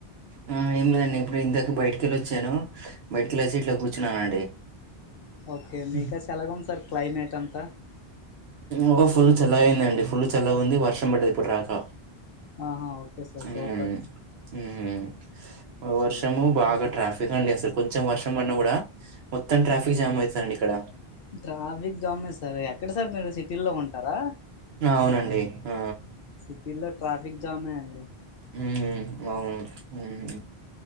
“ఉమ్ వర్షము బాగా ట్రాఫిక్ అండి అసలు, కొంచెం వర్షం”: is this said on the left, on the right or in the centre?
Right